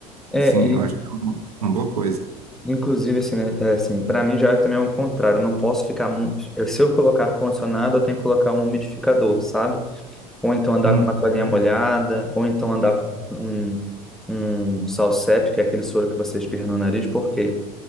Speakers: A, in the centre; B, on the right.
A: É,
B: Sim,
A: e
B: eu acho que é uma, uma boa coisa.
A: inclusive assim, né, é assim, para mim já também é o contrário, eu não posso ficar, mu- eu- se eu colocar ar-condicionado, eu tenho que colocar um umidificador, sabe? Ou então andar
B: Uhum.
A: com uma toalhinha molhada, ou então andar com um, um Salsep, que é aquele soro que você espirra no nariz, porque